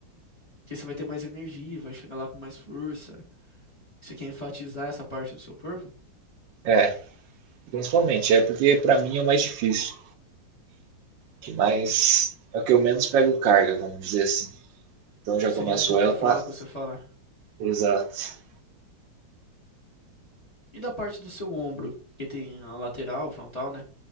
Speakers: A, on the left; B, on the right.
A: Porque você vai ter mais energia, vai chegar lá com mais força. Você quer enfatizar essa parte do seu corpo?
B: É, principalmente, é porque pra mim é o mais difícil. Que mais é o que eu menos pego carga, vamos dizer assim. Então já
A: Seria
B: começo
A: um ponto
B: ela
A: fraco,
B: pra.
A: você fala.
B: Exato.
A: E da parte do seu ombro, que tem a lateral, frontal, né?